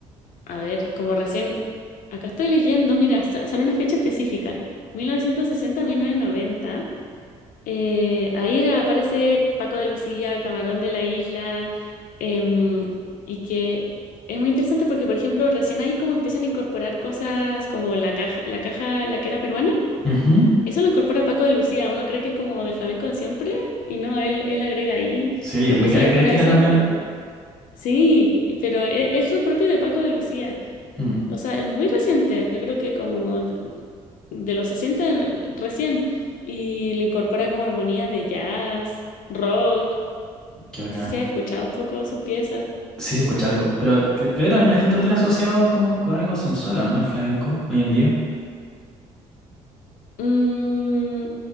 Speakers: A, on the left; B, in the centre.
A: A ver, como recién, acá estoy leyendo, mira, sa- sale una fecha específica, 1960-1990. Eh, ahí era- aparece Paco de Lucía, Camarón de la Isla, em, y que es muy interesante porque, por ejemplo, recién ahí como que empiezan a incorporar cosas como la caja, la caja, la que era peruana.
B: Ujú.
A: Eso lo incorpora Paco de Lucía, uno cree que es como del flamenco de siempre, y no, él, él agrega ahí,
B: Sí, y
A: incluso
B: es muy característica
A: le pone a veces...
B: también.
A: ar- ar- Sí, pero e- eso es propio de Paco de Lucía.
B: Mm,
A: O sea, es muy reciente. Yo creo que como de, de los 60 en- recién. Y le incorpora como armonías de jazz, rock.
B: qué bacán.
A: No sé si has escuchado un poco sus piezas.
B: Sí, se escucha algo, pero cre- creo que también la gente lo tiene asociado como con algo sensual, ¿o ¿no? El flamenco hoy en día,
A: Mm,